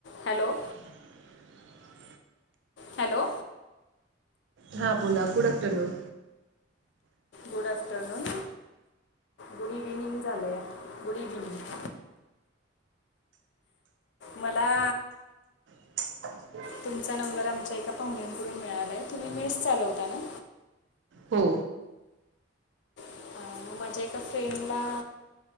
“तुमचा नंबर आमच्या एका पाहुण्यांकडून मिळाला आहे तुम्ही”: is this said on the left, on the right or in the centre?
Left